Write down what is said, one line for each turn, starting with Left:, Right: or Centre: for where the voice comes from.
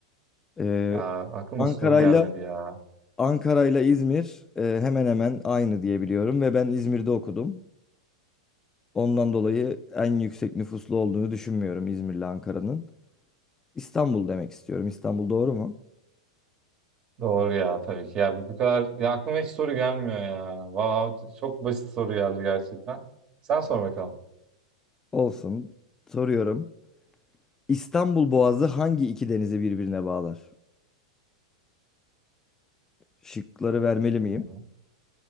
Left: Ee,
Right: Ya aklıma
Left: Ankara'yla
Right: soru gelmedi ya.
Left: Ankara'yla İzmir e, hemen hemen aynı diye biliyorum ve ben İzmir'de okudum. Ondan dolayı en yüksek nüfuslu olduğunu düşünmüyorum İzmir'le Ankara'nın. İstanbul demek istiyorum. İstanbul doğru mu?
Right: Doğru ya tabii ki. Ya bu kadar ya aklıma hiç soru gelmiyor ya. Vav, çok basit soru geldi gerçekten. Sen sor bakalım.
Left: Olsun. Soruyorum. İstanbul Boğazı hangi iki denizi birbirine bağlar? Şıkları vermeli miyim?
Right: Hmm.